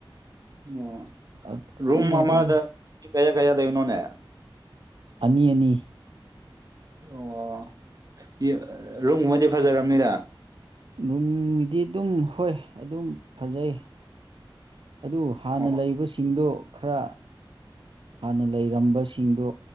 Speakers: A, on the right; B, on the right.
A: ꯑꯣ
B: ꯑꯩꯈꯣꯏꯅ
A: ꯔꯨꯝ ꯑꯃꯗ
B: ꯑꯗꯨꯝ
A: ꯀꯩꯌꯥ ꯀꯌꯥ ꯂꯩꯕꯅꯣꯅꯦ
B: ꯑꯅꯤ ꯑꯅꯤ
A: ꯑꯣ ꯔꯨꯝꯉꯩꯗꯤ ꯐꯖꯔꯝꯅꯤꯗ
B: ꯔꯨꯝꯒꯤꯗꯤ ꯑꯗꯨꯝ ꯍꯣꯏ ꯑꯗꯨꯝ ꯐꯖꯩ ꯑꯗꯨ ꯍꯥꯟꯅ
A: ꯑꯣ
B: ꯂꯩꯕꯁꯤꯡꯗꯣ ꯈꯔ ꯍꯥꯟꯅ ꯂꯩꯔꯝꯕꯁꯤꯡꯗꯣ